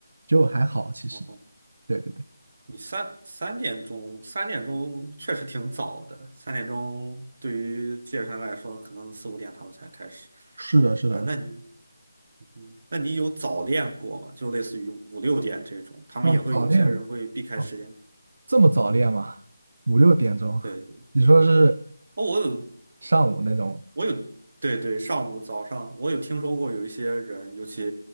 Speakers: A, on the right; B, on the right.
A: 就还好其实。
B: 哦，
A: 对对对，
B: 你三三点钟，三点钟确实挺早的。三点钟对于健身来说，可能四五点他们才开始。
A: 是的，是的，
B: 啊、那你，嗯，那你有早练过吗？就类似于五六点这种，他们也会有些人会避开时间。
A: 嗯，早恋，哦这么早练吗？五六点钟？
B: 对，
A: 你说是
B: 哦，我有，
A: 上午那种？
B: 我有，对对，上午早上我有听说过有一些人，尤其